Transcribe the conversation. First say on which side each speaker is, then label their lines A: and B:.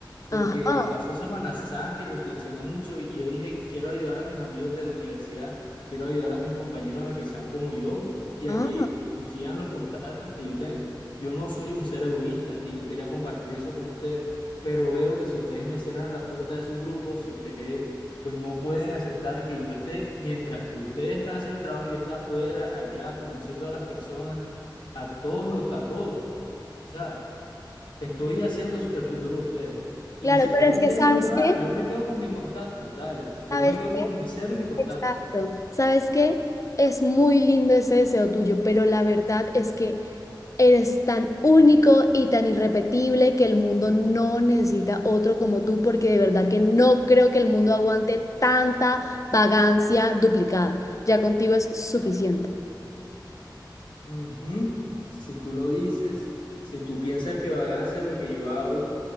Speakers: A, on the left (about 80°); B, on the left (about 40°).
A: porque
B: Ajá,
A: pasó Semana Santa y reflexioné mucho y yo dije, quiero ayudar a mis amigos de la universidad, quiero ayudar a mis compañeros a que sean como yo y
B: ah,
A: a que consigan los contactos que yo tengo. Yo no soy un ser egoísta y yo quería compartir eso con ustedes, pero veo que si ustedes me cierran la puerta de sus grupos, si ustedes pues no pueden aceptar que yo esté, mientras que ustedes están haciendo el trabajo y yo esté afuera, allá, conociendo a las personas, a todos los, a todos. O sea, estoy haciendo el futuro de ustedes. Y
B: claro,
A: si
B: pero
A: no lo
B: es que
A: quieren,
B: ¿sabes
A: pues nada,
B: qué?
A: yo me quedo con mis contactos, dale. Yo
B: ¿Sabes
A: me quedo con
B: qué?
A: mi cero y mi contacto.
B: Exacto. ¿Sabes qué? Es muy lindo ese deseo tuyo, pero la verdad es que eres tan único y tan irrepetible que el mundo no necesita otro como tú, porque de verdad que no creo que el mundo aguante tanta vagancia duplicada. Ya contigo es suficiente.
A: Ujú. Si tú lo dices, si tú piensas que vagancia es lo que yo hago,